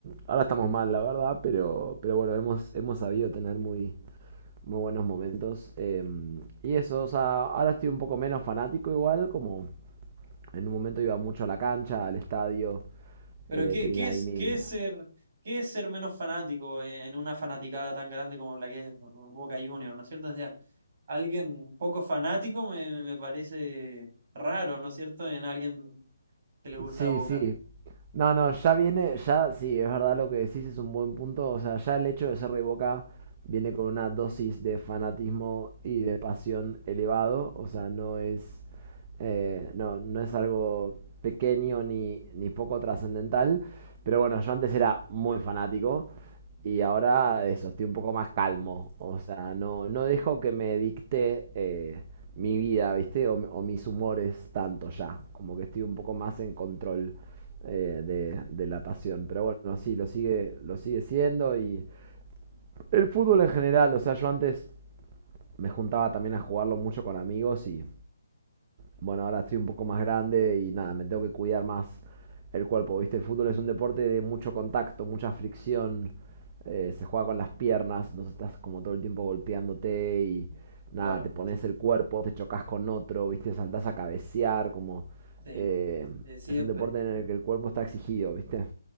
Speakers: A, on the right (about 35°); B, on the right (about 55°).
A: ahora estamos mal, la verdad, pero, pero bueno, hemos, hemos sabido tener muy, muy buenos momentos. eh, y eso, o sea, ahora estoy un poco menos fanático igual, como en un momento iba mucho a la cancha, al estadio,
B: Pero
A: eh,
B: ¿qué,
A: tenía
B: qué es,
A: ahí mi,
B: qué es ser, qué es ser menos fanático en, en una fanaticada tan grande como la que es Boca Juniors, ¿no es cierto? O sea, alguien poco fanático me, me parece raro, ¿no es cierto? En alguien que le gusta
A: Sí,
B: Boca.
A: sí. No, no, ya viene, ya sí, es verdad lo que decís, es un buen punto. O sea, ya el hecho de ser de Boca viene con una dosis de fanatismo y de pasión elevado. O sea, no es, eh, no, no es algo pequeño ni, ni poco trascendental. Pero bueno, yo antes era muy fanático. Y ahora eso, estoy un poco más calmo. O sea, no, no dejo que me dicte eh, mi vida, ¿viste? O, o mis humores tanto ya. Como que estoy un poco más en control eh, de, de la pasión. Pero bueno, sí, lo sigue, lo sigue siendo. Y el fútbol en general, o sea, yo antes me juntaba también a jugarlo mucho con amigos y bueno, ahora estoy un poco más grande y nada, me tengo que cuidar más el cuerpo, ¿viste? El fútbol es un deporte de mucho contacto, mucha fricción, eh, se juega con las piernas, entonces estás como todo el tiempo golpeándote y nada,
B: Claro,
A: te pones el cuerpo, te chocas con otro, ¿viste? Saltás a cabecear, como...
B: sí,
A: eh,
B: de siempre.
A: es un deporte en el que el cuerpo está exigido, ¿viste?